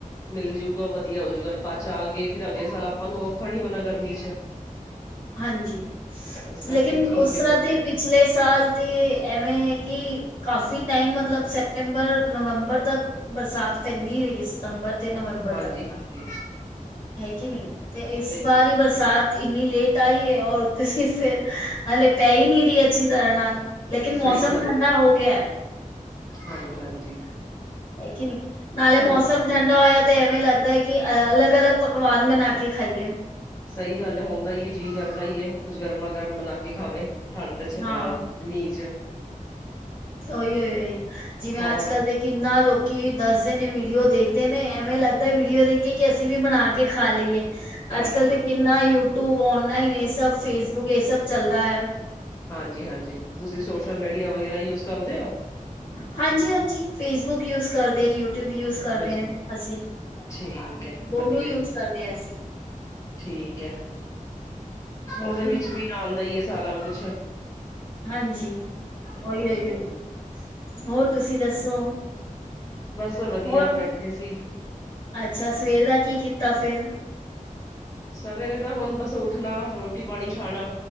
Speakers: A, on the left (about 25°); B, on the left (about 65°).
A: ਮਿਲ ਜੂਗਾ ਵਧੀਆ ਹੋਜੂਗਾ ਬਾਅਦ ਚ ਆ ਗਏ ਫਿਰ ਅਗਲੇ ਸਾਲ ਆਪਾਂ ਨੂੰ ਔਖਾ ਨੀ ਹੋਣਾ ਗਰਮੀ ਚ।
B: ਹਾਂਜੀ।
A: ਇਸ ਕਰਕੇ
B: ਲੇਕਿਨ
A: ਠੀਕ
B: ਉਸ
A: ਹੈ
B: ਤਰ੍ਹਾਂ
A: ਵਧੀਆ
B: ਤੇ ਪਿਛਲੇ ਸਾਲ ਤੇ ਐਵੇਂ ਐ ਕੀ ਕਾਫ਼ੀ ਟਾਈਮ ਮਤਲਬ ਸੈਪਤੰਬਰ-ਨਵੰਬਰ ਤੱਕ ਬਰਸਾਤ ਪੈਂਦੀ ਰਹੀ ਹੈ ਸਤੰਬਰ- ਤੇ ਨਵੰਬਰ
A: ਹਾਂਜੀ
B: ਤੱਕ
A: ਹਾਂਜੀ।
B: ਹੈ ਕੇ ਨੀ ਤੇ ਇਸ
A: ਸਹੀ
B: ਵਾਰੀ ਬਰਸਾਤ ਇੰਨੀ ਲੇਟ ਤਾ ਏ ਆਓ ਤੁਸੀ ਫੇਰ ਹਲੇੇ ਪੈ ਹੀ ਨਹੀਂ ਰਹੀ ਏ ਅੱਛੀ ਤਰ੍ਹਾਂ ਨਾਲ ਲੇਕਿਨ
A: ਸਹੀ
B: ਮੌਸਮ
A: ਗੱਲ
B: ਠੰਡਾ
A: ਹੈ
B: ਹੋ ਗਿਆ ਐ।
A: ਹਾਂਜੀ- ਹਾਂਜੀ।
B: ਹੈ ਕੇ ਨੀ, ਨਾਲੇ
A: ਤਾਂ ਹੋ
B: ਮੌਸਮ ਠੰਡ ਨਾ ਐ ਤੇ ਐਵੇਂ ਲੱਗਦੈ ਐ ਕਿ ਅਲੱਗ- ਅਲੱਗ ਪਕਵਾਨ ਬਨਾ ਕੇ ਖਾਈਏ।
A: ਸਈ ਗੱਲ ਏ ਹੁੰਦਾ ਈ ਏ, ਜੀ ਕਰਦਾ ਈ ਏ, ਕੁੱਝ ਗਰਮਾ- ਗਰਮ ਬਣਾ ਕੇ ਖਾਵੇ ਠੰਡ ਚ ਅ
B: ਹਾਂ
A: ਮੀਂ ਚ।
B: ਓਈਓ ਏ ਜਿਵੇਂ
A: ਹੋਰ
B: ਅੱਜ ਕੱਲ੍ਹ ਦੇ ਕਿੰਨਾ ਲੋਕੀ ਦੱਸਦੇ ਨੇ ਵੀਡੀਓ ਦੇਖਦੇ ਨੇ, ਐਵੇਂ ਲੱਗਦੈ ਵੀਡੀਓ ਦੇਖ ਕੇ ਕਿ ਅਸੀਂ ਵੀ ਬਣਾ ਕੇ ਖਾ ਲਈਏ।
A: ਹਾਂਜੀ,
B: ਅੱਜ ਕਲ ਤੇ ਕਿੰਨਾ ਯੂਟੂਬ, ਓਲਾਈਨ ਏ ਸਭ, ਫੇਸਬੁੱਕ ਏ ਸਭ ਚੱਲਦਾ ਐ।
A: ਹਾਂਜੀ- ਹਾਂਜੀ। ਤੁਸੀਂ ਸੋਸ਼ਲ ਮੀਡੀਆ ਵਗੈਰਾ ਯੂਜ ਕਰਦੇ ਓ?
B: ਹਾਂਜੀ - ਹਾਂਜੀ, ਫੇਸਬੁੱਕ ਯੂਜ ਕਰਦੇ, ਯੂ ਯੂਟੂਬ ਯੂਜ ਕਰਦੇ
A: ਅੱਛਾ ਜੀ,
B: ਐ ਅਸੀਂ,
A: ਠੀਕ ਹੈ
B: ਦੋਨੋ
A: ਵਧੀਆ।
B: ਯੂਜ ਕਰਦੇ ਐ ਅਸੀਂ।
A: ਠੀਕ ਐ,
B: ਹੈ
A: ਓਦੇ
B: ਕਿ ਨਹੀਂ
A: ਵਿੱਚ ਵੀ ਆਂਦਾ ਈ ਏ ਸਾਰਾ ਕੁਛ।
B: ਹਾਂਜੀ, ਓਈ-
A: ਹਾਂਜੀ।
B: ਓਈ - ਓਈ। ਹੋਰ ਤੁਸੀਂ ਦੱਸੋ?
A: ਬਸ ਵਧੀਆ,
B: ਹੋਰ
A: ਬੈਠੇ ਸੀ।
B: ਅੱਛਾ, ਸਵੇਰ ਦਾ ਕੀ ਕੀਤਾ ਫੇਰ?
A: ਸਵੇਰੇ ਦਾ ਹੁਣ ਬਸ ਉੱਠਣਾ, ਰੋਟੀ -ਪਾਣੀ ਖਾਣਾ,